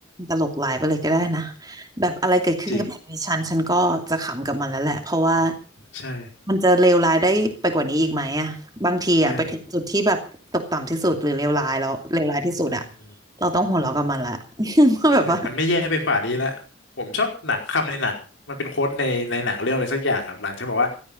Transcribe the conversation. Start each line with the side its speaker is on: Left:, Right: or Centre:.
Right: ตลกหลายไปเลยก็ได้นะแบบอะไรเกิดขึ้นกับชีวิตฉันฉันก็จะขำกับมันแล้วแหละเพราะว่า
Left: จริงใช่
Right: มันจะเลวร้ายได้ไปกว่านี้อีกไหมอะบางทีอะไปถึงจุดที่แบบตกต่ำที่สุดหรือเลวร้ายแล้วเลวร้ายที่สุดอะ
Left: ใช่อืม
Right: เราต้องหัวเราะกับมันละ <laughs> ว่าแบบว่า
Left: ใช่ มันไม่แย่ไปกว่านี้แล้วผมชอบหนังคำในหนัง มันเป็นโค้ดในในหนังเรื่องอะไรสักอย่างครับ หลังจากบอกว่า